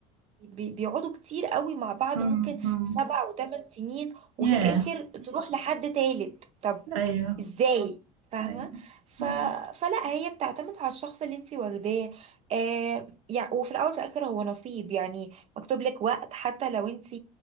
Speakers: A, on the right; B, on the right.
A: بي بيقعدوا كتير قوي مع بعض
B: امم
A: ممكن
B: امم
A: سبع وثمان سنين وفي
B: ياه
A: الاخر تروح لحد تالت طب
B: ايوه
A: ازاي فاهمه
B: ايوه
A: ف...
B: مم.
A: فلا هي بتعتمد على الشخص اللي انت واخداه آه يعني وفي الاول وفي الاخر هو نصيب يعني مكتوب لك وقت حتى لو انت